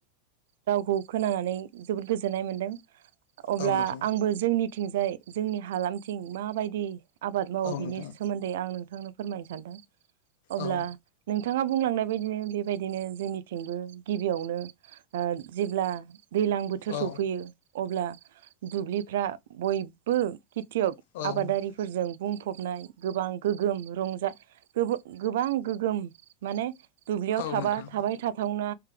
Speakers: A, on the right (about 75°); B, on the left (about 70°).
A: रावखौ खोनानानै जोबोद गोजोननाय मोनदों अब्ला
B: औ नोंथां
A: आंबो जोंनिथिंजाय जोंनि हालामथिं माबायदि आबाद मावो
B: औ
A: बिनि
B: नोंथां
A: सोमोन्दै आं नोंथांनो फोरमायनो सानदों अब्ला
B: औ
A: नोंथाङा बुंलांनाय बायदिनो बेबायदिनो जोंनिथिंबो गिबियावनो जेब्ला दैज्लां बो बोथोर
B: औ
A: सफैयो अब्ला दुब्लिफ्रा बयबो खेथियग <unintelligible>
B: औ
A: आबादारि फोरजों बुंफबनाय गोबां गोग्गोम रंजा गोबो गोबां गोग्गोम माने दुब्लियाव
B: औ
A: थाबा
B: नोंथां
A: थाबाय थाथावना